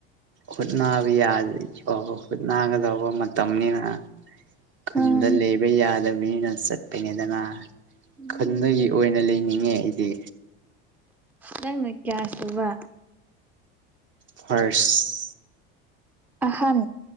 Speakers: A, on the right (about 40°); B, in the centre.
A: ꯍꯨꯠꯅꯕ ꯌꯥꯔꯤꯕꯥꯎ ꯍꯨꯠꯅꯥꯒꯗꯧꯕ ꯃꯇꯝꯅꯤꯅ ꯈꯨꯟꯗ
B: ꯃꯥꯅꯤ
A: ꯂꯩꯕ ꯌꯥꯗꯕꯅꯤꯅ ꯆꯠꯄꯅꯤꯗꯅꯥ
B: ꯎꯝ
A: ꯈꯟꯗꯒꯤ ꯑꯣꯏꯅ ꯂꯩꯅꯤꯡꯉꯦ ꯑꯩꯗꯤ
B: ꯅꯪꯅ ꯀ꯭ꯌꯥꯁꯨꯕ
A: ꯐ꯭ꯔꯥꯁ
B: ꯑꯍꯟ